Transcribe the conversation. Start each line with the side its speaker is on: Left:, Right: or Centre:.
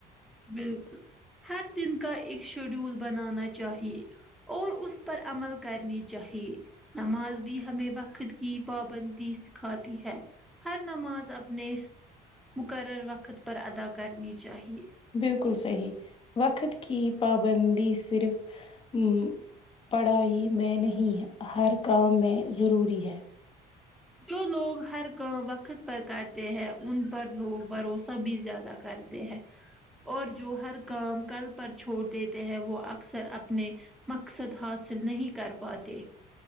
Centre: بالکل ہر دن کا ایک شیڈول بنانا چاہیے اور اس پر عمل کرنی چاہیے نماز بھی ہمیں وقت کی پابندی سکھاتی ہے ہر نماز اپنے مقرر وقت پر ادا کرنی چاہیے
Left: بالکل صحیح وقت کی پابندی صرف ام پڑھائی میں نہیں ہے ہر کام میں ضروری ہے
Centre: جو لوگ ہر کام وقت پر کرتے ہیں ان پر لوگ بھروسہ بھی زیادہ کرتے تے ہیں اور جو ہر کام کل پر چھوڑ دیتے ہیں وہ اکثر اپنے مقصد حاصل نہیں کر پاتے